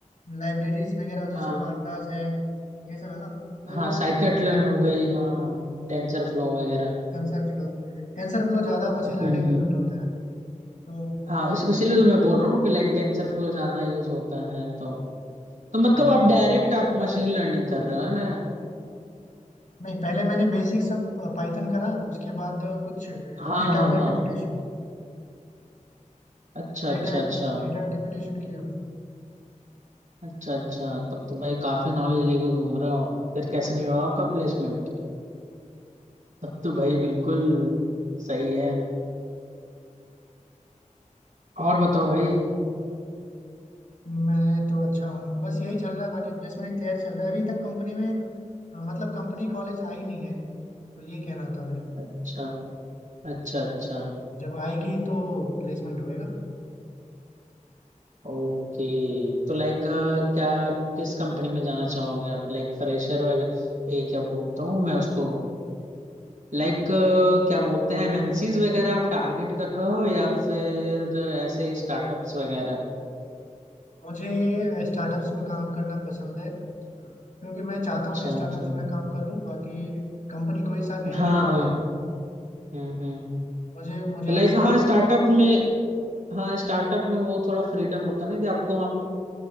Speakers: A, on the left (about 75°); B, on the right (about 70°).
A: लाइब्रेरीज वगैरह जैसे
B: हाँ
A: पांडास है ये सब है ना तो
B: हाँ साइकिट
A: ये सब
B: लर्न
A: चीज़ें
B: हो गई हाँ हाँ टेंसर फ्लो वगैरह
A: टेंसर फ्लो टेंसर फ्लो ज़्यादा मशीन लर्निंग
B: हम्म
A: में यूज होता है तो
B: हाँ इस इसीलिए तो मैं बोल रहा हूँ कि लाइक टेंसर फ्लो ज्यादा यूज होता है तो तो मतलब
A: हाँ
B: आप डायरेक्ट आप मशीन लर्निंग कर रहे हो है ना
A: नहीं पहले मैंने बेसिक सब पाइथन करा उसके बाद कुछ डेटा
B: हाँ हाँ
A: को
B: हाँ
A: इंटरप्रिटेशन
B: अच्छा
A: डेटा
B: अच्छा अच्छा
A: डेटा इंटरप्रिटेशन किया
B: अच्छा अच्छा तब तो भाई काफी नॉलेज लेके घूम रहे हो आप फिर कैसे नहीं हुआ आपका प्लेसमेंट तब तो भाई बिल्कुल सही है और बताओ भाई
A: मैं तो अच्छा हूँ बस यही चल रहा है बाकी प्लेसमेंट की तैयारी चल रहा है अभी तक कंपनी में अ, मतलब कंपनी कॉलेज आई नहीं है तो ये कहना था मेरा
B: अच्छा अच्छा अच्छा
A: जब आएगी तो प्लेसमेंट होएगा
B: ओके तो लाइक क्या किस कंपनी में जाना चाहोगे आप लाइक फ्रेशर वगैरह ये क्या बोलता हूँ मैं उसको लाइक क्या बोलते हैं एमएनसीज वगैरह आप टारगेट कर रहे हो या फिर ऐसे स्टार्टअप्स वगैरह
A: मुझे स्टार्टअप्स में काम करना पसंद है क्योंकि मैं चाहता
B: अच्छा
A: हूँ कि स्टार्टअप्स
B: अच्छा
A: में काम करूँ बाकी कंपनी कोई सा भी हो
B: हाँ हाँ
A: मुझे
B: हम्म हम्म
A: मुझे मुझे
B: तो लाइक
A: एक्सपीरियंस
B: हाँ स्टार्टअप में हाँ स्टार्टअप में वो थोड़ा फ्रीडम होता है ना कि आपको वहाँ